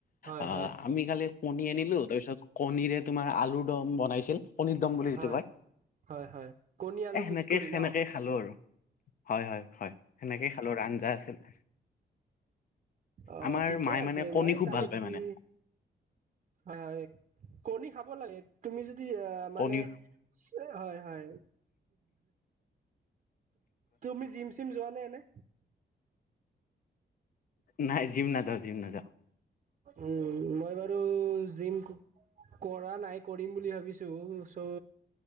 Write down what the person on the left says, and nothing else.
আহ
আমি কালি কণী আনিলো তাৰপিছত কণীৰে তোমাৰ আলুৰ দম বনাইছিল কণীৰ দম বুলি যিটো
কয়।
এ সেনেকে
সেনেকেই
খালো আৰু হয় হয় হয় সেনেকেই খালো আৰু আঞ্জা আছিল।
আমাৰ
মায়ে
মানে কণী
খুব
ভাল
পায় মানে
কণী
নাই জিম না যাও জিম না যাও।